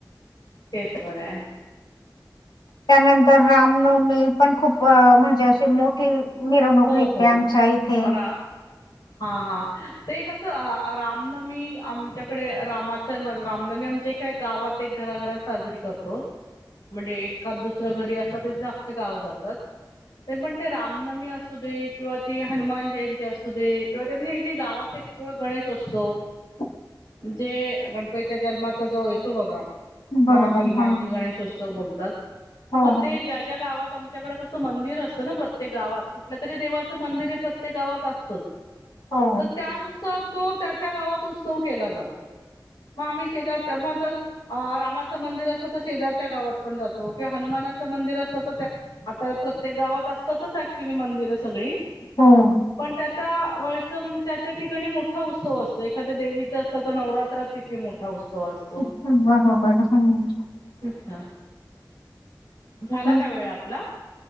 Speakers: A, on the left; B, on the left.
A: तेच बरं
B: त्यानंतर रामनवमी पण खूप म्हणजे अशी मोठ ते मेर नोकनी
A: हो
B: इतमचहीथे
A: हो रा हा हा ते कसं रामनमी आमच्याकडे रामाचं रामनमी आमच्या का गावात एक घराघरा साजरी करतोस. म्हणजे एखाद दुसरं घरी असत त अखखे गाव जातात ते पण ते रामनमी अस अस दे किंवा ती हनुमान जयंती असू दे किंवा ते म्हणजे ज गावात एक गणेश असतो.
B: ह
A: ण जे गणपतीच्या जन्माचा जो येतो बघा.
B: बरोबर
A: माघी माघी
B: हो
A: गणेशोत्सव बोलतात
B: हो
A: मग ते ज्या ज्या गावात त्याच्याकडे कसं मंदिर असतं ना प्रत्येक गावात. कुठ तरी देवाच मंदिर प्रत्येक गावात असत
B: हो
A: तर त्या सर तो त्या त्या गावात उत्सव केला जातो मग आम्ही शेजार मग जर अ रामाचं मंदिर असलं तर शेजारच्या गावात पण जातो किंवा हनुमानाचं मंदिर असलं तर त्या आता प्रत्येक गावात असतातच ऍक्च्युली मंदिरं सगळी.
B: हम्म
A: पण त्या त्या वळच म्हणजे त्या त्या ठिकाणी मोठा उत्सव असतो एखाद्या देवीच असतं तर नवरात्रात तिथे मोठा उत्सव अस
B: <unintelligible>
A: अच्छा झाला
B: हं,
A: काय वेळ आपला.